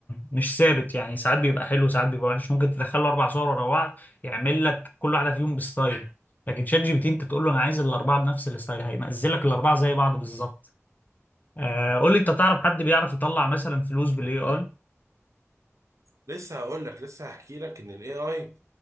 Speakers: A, on the left; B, on the right.
A: مش ثابت يعني ساعات بيبقى حلو ساعات بيبقى وحش ممكن تدخل له اربع صور ورا بعض يعمل لك كل واحده فيهم بستايل لكن شات جي بي تي انت تقول له انا عايز الاربعه بنفس الستايل هينزل لك الاربعه زي بعض بالظبط آه، قول لي انت تعرف حد بيعرف يطلع مثلا فلوس بالاي اي
B: لسه هقول لك لسه هحكي لك ان الاي اي